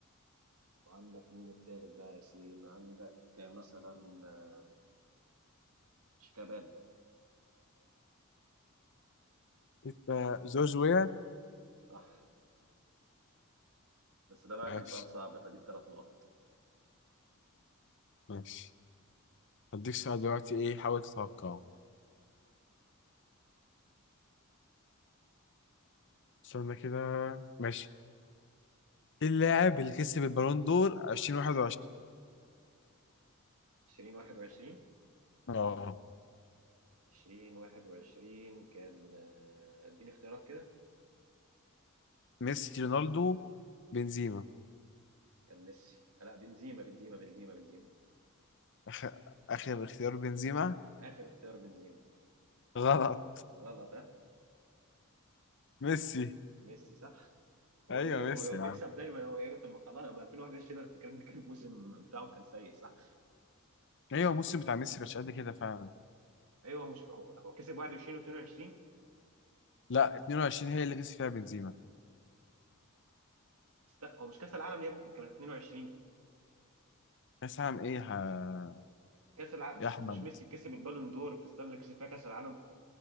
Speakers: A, on the right (about 75°); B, on the left (about 55°).
A: وعندك مين التالت بقى يا ياسين عندك آه، مثلا آه، شيكابالا
B: أنت جورج ويا
A: صح بس ده بقى
B: ماشي
A: كان سؤال صعب فدي بثلاث نقط
B: ماشي هديك سؤال دلوقتي إيه حاول تتوقعه استنى كده ماشي إيه اللاعب اللي كسب البالون دور 2021
A: 20 21
B: أه
A: 20 21 كان آه، اديني اختيارات كده
B: ميسي رونالدو بنزيما
A: كان ميسي آه، لا بنزيما بنزيما بنزيما بنزيما
B: آخر آخر اختيار بنزيما
A: آخر اختيار بنزيما
B: غلط
A: غلط ها
B: ميسي
A: ميسي صح هو
B: أيوه
A: ايه هو
B: ميسي
A: هو
B: يا
A: بيكسب
B: عم
A: دايما هو ايه طب ما خلاص ما 2021 انا فاكر ان كان الموسم بتاعهم كان سيء صح
B: أيوه الموسم بتاع ميسي مش قد كده فعلا
A: ايوه هو مش هو هو كسب 21 و22
B: لا 22 هي اللي كسب فيها بنزيما
A: است- هو مش كاس العالم يا ابني كان 22
B: كاس عام إيه ها
A: كاس العالم
B: يا
A: مش
B: احمد
A: مش ميسي كسب البالون دور في السنه اللي كسب فيها كاس العالم